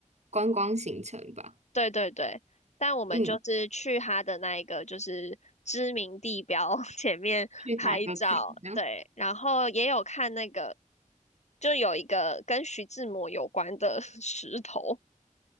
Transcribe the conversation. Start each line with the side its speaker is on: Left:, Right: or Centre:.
Right: 观光行程吧？
Left: 对对对，但我们就是去他的那一个就是知名地标
Right: 嗯，
Left: <laughs> 前面拍照，
Right: 去打个卡，然后
Left: 对，然后也有看那个，就有一个跟徐志摩有关的 <laughs> 石头，